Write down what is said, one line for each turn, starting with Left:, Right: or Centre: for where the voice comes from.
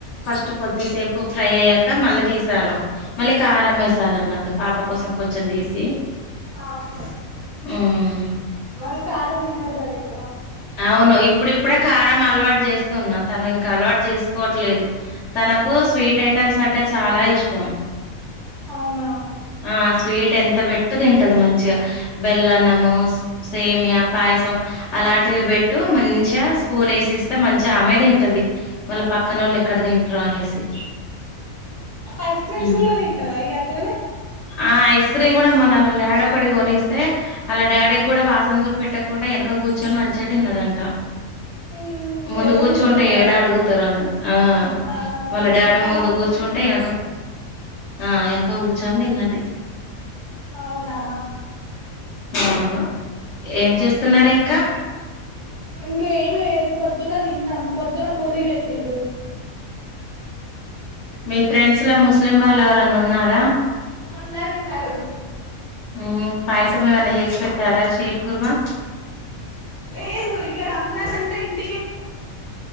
Left: ఫస్ట్ కొద్దిసేపు ఫ్రై అయ్యాక మళ్ళీ తీసాను, మళ్ళీ కారం వేసాను అన్నట్టు పాప కోసం. కొంచెం తీసి
Right: అవును,
Left: మ్
Right: వాళ్లు కారం తినరు కదా ఎక్కువ.
Left: అవును ఇప్పుడిప్పుడే కారం అలవాటు చేస్తున్నా తను ఇంకా అలవాటు చేసుకోవట్లేదు, తనకు స్వీట్ ఐటమ్స్ అంటే చాలా ఇష్టం.
Right: అవునా
Left: ఆ స్వీట్ ఎంత పెట్టు తింటది మంచిగా. బెల్లన్నము, సేమియ పాయసం అలాంటివి పెట్టు మంచిగా స్పూన్ వేసి ఇస్తే మంచిగా ఆమె తింటది, మళ్ళ పక్కనోళ్ళు ఎక్కడ తింటరో అనేసి.
Right: ఐస్ క్రీమ్స్
Left: హ్మ్.
Right: కూడా తింటదా ఇగ. ఈమె
Left: ఆ ఐస్ క్రీమ్ కూడా మొన్న వాళ్ళ డాడీ ఒకటి కొనిస్తే, వాళ్ళ డాడీకి కూడా వాసన చూపెట్టకుండా వెనక కూర్చొని మంచిగా తిన్నదంట.
Right: మ్మ్,
Left: ముందు
Right: ఏడ
Left: కూర్చుంటే
Right: తీసుకుంటాడా
Left: ఏడా
Right: అని
Left: అడుగుతరో అని, ఆ
Right: ఆ
Left: వాళ్ళ డాడీ
Right: వాళ్ళు
Left: ముందు
Right: అట్లనే
Left: కూర్చుంటే
Right: ఉంటారు
Left: వెనక ఆ వెనక కూర్ చందిన్నది
Right: అవునా
Left: అవును ఏం చేస్తున్నారు ఇంకా
Right: ఇంకేం లేదు పొద్దున్న తిన్నాం. పొద్దున్న పూరి వెట్టిల్లు.
Left: మీ ఫ్రెండ్స్ లా ముస్లిం వాళ్ళు ఎవరన్నా ఉన్నారా?
Right: ఉన్నారు ఉన్నారు
Left: ఉమ్ పాయసం ఏమన్నా చేసి పెట్టారా? షేర్ కుర్మా
Right: లేదు ఇగ రంజాన్ అంటె ఇ